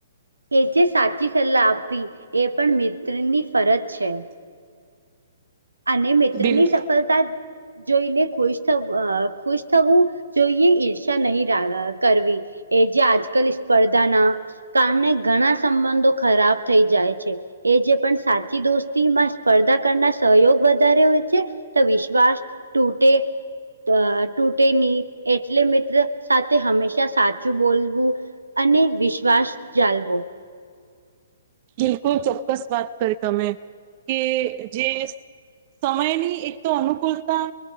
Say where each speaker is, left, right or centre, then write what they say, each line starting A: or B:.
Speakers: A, on the right; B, on the right.
A: કે જેે સાચી સલાહ આપવી એ પણ મિત્રની ફરજ છે. અને મિત્રની
B: બિલકુલ
A: સફળતા જોઈને ખુશ થ ખુશ થવું જોઈએ ઈર્ષા નહીં કરવી. એ જે આજકાલ સ્પર્ધાના કારણે ઘણા સંબંધો ખરાબ થઈ જાય છે. એ જે પણ સાચી દોસ્તી માં સ્પર્ધા કરના સહયોગ વધારે હોય છે, તો વિશ્વાસ તૂટે અ તૂટે ની એટલે મિત્ર સાથે હંમેશા સાચું બોલવું. અને વિશ્વાસ જાલવો.
B: બિલકુલ ચોક્કસ વાત કરી તમે કે જે સમય ની એક તો અનુકૂલતા